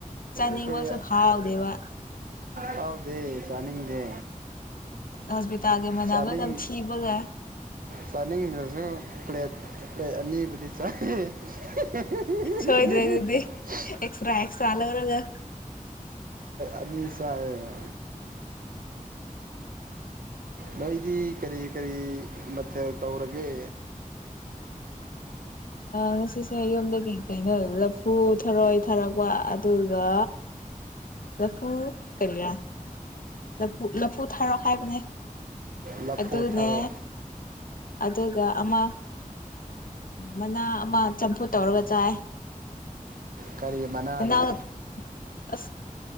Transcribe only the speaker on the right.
ꯑꯈꯣꯏ
ꯐꯥꯎꯗꯦ ꯆꯥꯅꯤꯡꯗꯦ
ꯆꯥꯅꯤꯡ
ꯆꯥꯅꯤꯡꯗꯔꯁꯨ ꯄ꯭ꯂꯦꯠ <unintelligible> ꯑꯅꯤꯕꯨꯗꯤ <unintelligible> <unintelligible>
ꯑꯅꯤ ꯆꯥꯏꯅ ꯅꯣꯏꯗꯤ ꯀꯔꯤ ꯀꯔꯤ ꯃꯊꯦꯜ ꯇꯧꯔꯒꯦ
ꯂꯐꯨꯊꯔꯣ
ꯀꯔꯤ ꯃꯅꯥꯅꯣ